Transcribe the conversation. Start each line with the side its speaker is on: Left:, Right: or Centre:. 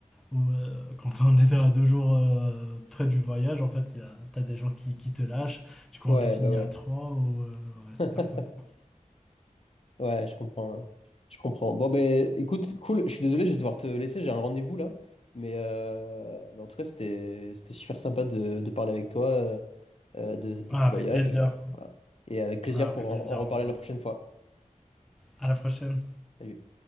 Centre: ou, euh, quand on était à deux jours euh, près du voyage, en fait, il y a, t'as des gens qui, qui te lâchent. Du coup,
Left: ouais,
Centre: on est fini
Left: bah ouais.
Centre: à trois ou euh, ouais, c'était
Left: <laughs>
Centre: un peu. cool.
Left: Ouais, je comprends. hein. Je comprends. Bon, ben, écoute, cool. Je suis désolé, je vais devoir te laisser. J'ai un rendez-vous là. Mais, euh, mais en tout cas, c'était c'était super sympa de, de parler avec toi euh, euh, de, de
Centre: Ah,
Left: tes voyages.
Centre: avec plaisir.
Left: Voilà. Et avec plaisir
Centre: Ah, avec
Left: pour
Centre: plaisir.
Left: en en reparler
Centre: On-
Left: la prochaine fois.
Centre: À la prochaine.
Left: Salut.